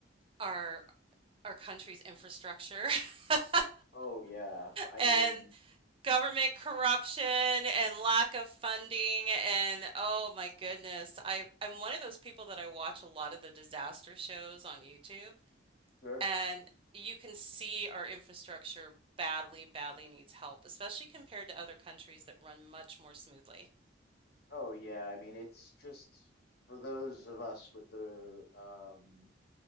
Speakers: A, on the right; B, on the left.
A: our our country's infrastructure <laughs>
B: Oh yeah, I
A: and
B: mean,
A: government corruption and lack of funding and oh my goodness I I'm one of those people that I watch a lot of the disaster shows on YouTube
B: sure.
A: and you can see our infrastructure badly badly needs help especially compared to other countries that run much more smoothly.
B: Oh yeah, I mean it's just for those of us with the um